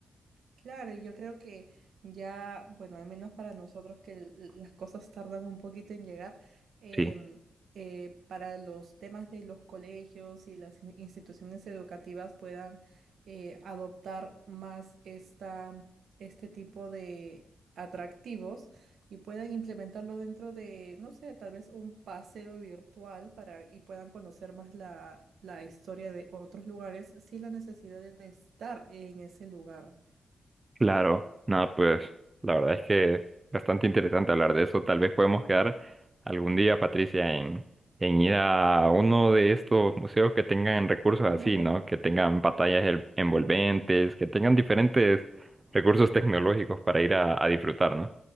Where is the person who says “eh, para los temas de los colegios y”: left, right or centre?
Right